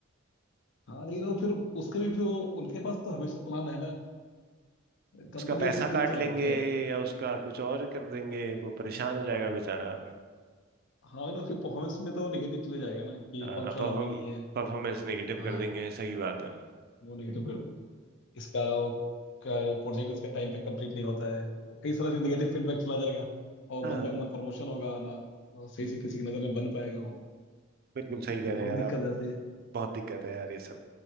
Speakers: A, on the left; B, on the right.
A: हाँ लेकिन वो फिर उसके भी फिर वो उनके पास तो हमेशा प्लान है ना कंपनी
B: उसका पैसा
A: ऐसी थोड़ी
B: काट
A: चला
B: लेंगे
A: रहे हैं
B: या उसका कुछ और कर देंगे वो परेशान हो जाएगा बेचारा
A: हाँ ना फिर परफॉर्मेंस में तो नेगेटिव चले जाएगा ना कि
B: हाँ
A: ये पंक्चुअल
B: परफॉर्म
A: आदमी नहीं है
B: परफॉर्मेंस नेगेटिव
A: हाँ
B: कर देंगे सही बात है
A: वो नेगेटिव इसका वो प्रोजेक्ट इसका टाइम पे कंप्लीट नहीं होता है वो कई सारा निगेटिव फीडबैक चला जाएगा और
B: हाँ
A: बंदा का ना प्रमोशन होगा ना वो सही से किसी की नज़र में बन पाएगा वो
B: बिल्कुल सही
A: बहुत
B: कह रहे हैं यार
A: दिक्कत
B: आप
A: जाती है
B: बहुत दिक्कत है यार ये सब